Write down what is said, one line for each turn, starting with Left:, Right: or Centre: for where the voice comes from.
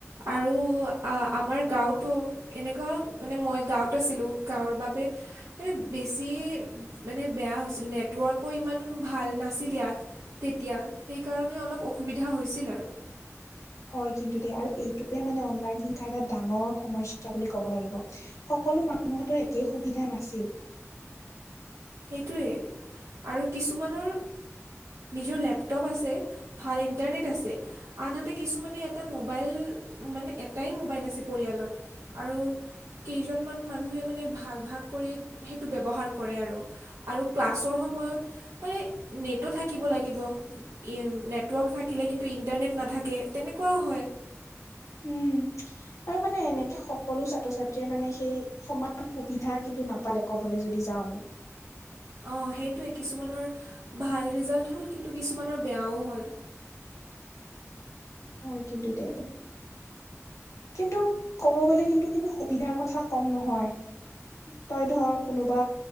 Right: আৰু আমাৰ গাওঁতো এনেকুৱা মানে মই গাঁৱত আছিলোঁ গাঁৱৰ বাবে এ বেছি মানে বেয়া হৈছিল নেটৱৰ্কো ইমান ভাল নাছিল ইয়াত। তেতিয়া সেইকাৰণে অলপ অসুবিধা হৈছিল আৰু।
Left: হয় কিন্তু দে আৰু এইটোৱে মানে অনলাইন শিক্ষাৰ এটা ডাঙৰ সমস্যা বুলি ক'ব লাগিব। সকলো মানুহতৰ একেই সুবিধা নাছিল।
Right: সেইটোৱেই আৰু কিছুমানৰ নিজৰ লেপটপ আছে। ভাল ইণ্টাৰনেট আছে। আনহাতে কিছুমানে এটা মোবাইল মানে এটাই মোবাইল আছে পৰিয়ালত। আৰু কেইজনমান মানুহে মানে ভাগ -ভাগ কৰি সেইটো ব্যৱহাৰ কৰে আৰু। আৰু ক্লাছৰ সময়ত মানে নেটো থাকিব লাগিব। নেটৱৰ্ক থাকিলে কিন্তু ইণ্টাৰনেট নাথাকে তেনেকুৱাও হয়।
Left: উম, আৰু মানে এনেকে সকলো ছাত্ৰ -ছাত্ৰীয়ে মানে সেই সমান সুবিধা কিন্তু নাপালে ক'বলে যদি যাওঁ আমি।
Right: অ', সেইটোৱে কিছুমানৰ ভাল ৰিজাল্ট হ'ল কিন্তু কিছুমানৰ বেয়াও হ'ল।
Left: হয় কিন্তু দেই কিন্তু ক'ব গ'লে কিন্তু কিন্তু সুবিধাৰ কথা কম নহয়। তই ধৰ কোনোবা